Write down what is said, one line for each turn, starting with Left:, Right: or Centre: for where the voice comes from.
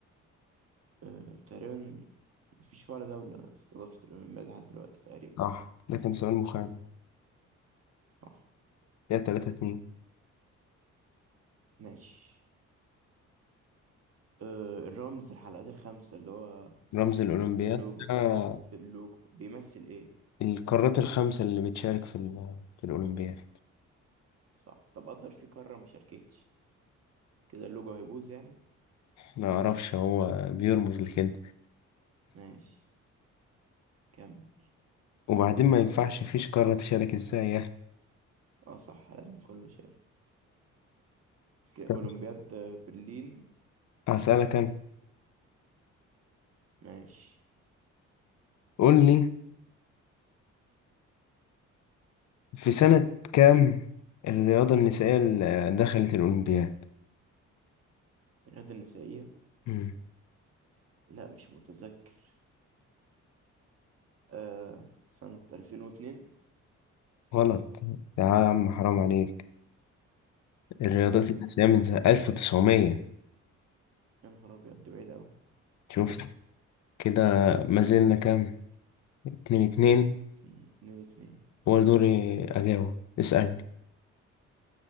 Right: آه، تقريبا مفيش ولا دولة استضافت الأولمبياد لحد دلوقتي تقريبا
Left: صح ده كان سؤال مخادع
Right: صح
Left: كده تلاتة اتنين
Right: ماشي آه، الرمز الحلقات الخمسة اللي هو
Left: رمز الأولمبياد
Right: في اللوجو
Left: آه،
Right: في اللوجو بيمثل ايه
Left: القارات الخمسة اللي بتشارك في ال- في الأولمبياد
Right: صح طب قدر في قارة ما شاركتش كده اللوجو هيبوظ يعني
Left: ما أعرفش هو بيرمز لكده
Right: ماشي كمل
Left: وبعدين ما ينفعش فيش قارة تشارك ازاي يعني
Right: اه صح لازم كله شارك كده
Left: طب
Right: أولمبياد برلين
Left: هسألك أنا
Right: ماشي
Left: قول لي في سنة كام الرياضة النسائية اللي دخلت الأولمبياد؟
Right: الرياضة النسائية
Left: مم.
Right: لا مش متذكر آه سنة 2002
Left: غلط يا عم حرام عليك الرياضات
Right: امتى
Left: النسائية من سنة 1900
Right: يا نهار أبيض دي بعيدة أوي
Left: شفت كده ما زلنا كام؟ اتنين اتنين
Right: اتنين اتنين
Left: هو دوري أجاوب اسألني